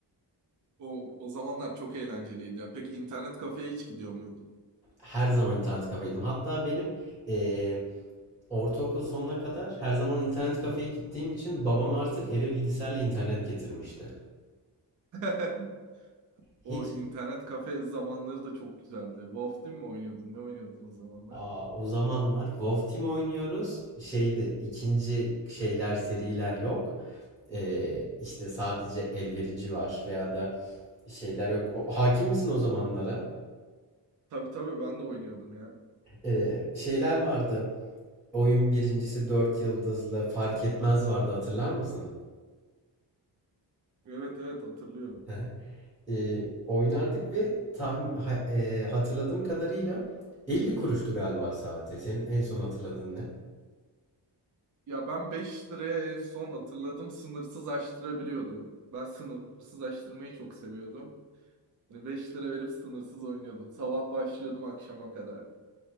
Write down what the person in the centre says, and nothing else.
Her zaman internet kafeydim. Hatta benim e, ortaokul sonuna kadar her zaman internet kafeye gittiğim için babam artık eve bilgisayarla internet getirmişti.
Hiç
Aa, o zamanlar WoW Team oynuyoruz. Şeyde ikinci şeyler seriler yok. Ee, işte sadece elverici var veya da şeyler yok. O, hakim misin o zamanlara?
Ee, şeyler vardı. Oyun birincisi 4 yıldızlı fark etmez vardı hatırlar mısın?
<laughs> Ee, oynardık ve tahmin, ha- e, hatırladığım kadarıyla 50 kuruştu galiba saati. Senin en son hatırladığın